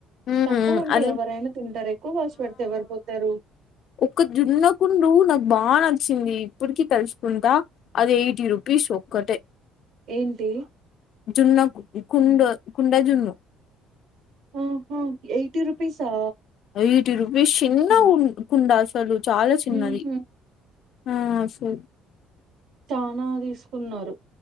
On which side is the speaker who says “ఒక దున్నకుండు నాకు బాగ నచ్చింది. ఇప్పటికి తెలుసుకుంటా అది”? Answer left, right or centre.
Left